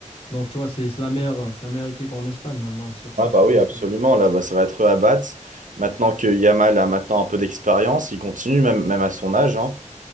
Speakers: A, on the left; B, on the right.
A: Donc, tu vois, c'est c'est la meilleure, c'est la meilleure équipe en Espagne maintenant sur
B: Ah
A: cette
B: bah
A: saison.
B: oui, absolument,
A: C'est
B: là, bah, ça va être eux à battre. Maintenant que Yamal a maintenant un peu d'expérience, il continue même, même à son âge, hein.